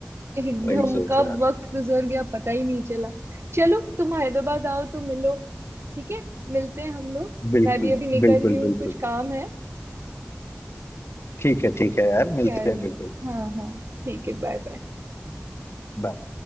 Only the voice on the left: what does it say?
वही सोच
रहा था
बिल्कुल
बिल्कुल
बिल्कुल
ठीक है ठीक है यार
मिलते हैं बिल्कुल
बाय